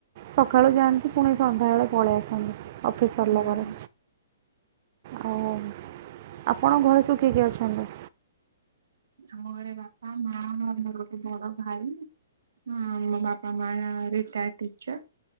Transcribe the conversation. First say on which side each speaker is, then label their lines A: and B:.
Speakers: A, on the right; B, on the right.
A: ସକାଳୁ ଯାଆନ୍ତି ପୁଣି ସନ୍ଧ୍ୟା ବଳେ ପଳେଇ ଆସନ୍ତି। ଅଫିସ ସରିଲା
B: ହୁଁ
A: ପରେ
B: ହୁଁ
A: ଆଉ ଆପଣଙ୍କ ଘରେ ସବୁ କି କି ଅଛନ୍ତି?
B: ଆମ ଘରେ ବାପା, ମା, ମୋ ମୋ <unintelligible> ର ଗୋଟେ ବଡ ଭାଇ। ହଁ ଆମ ବାପା ମାଜଣେ ରିଟାୟର୍ଡ ଟିଚର୍।